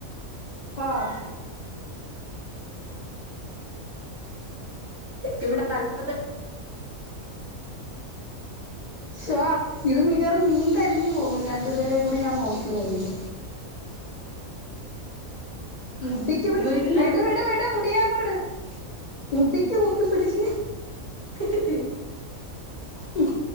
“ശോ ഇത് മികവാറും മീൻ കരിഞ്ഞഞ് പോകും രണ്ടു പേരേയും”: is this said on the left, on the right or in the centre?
Left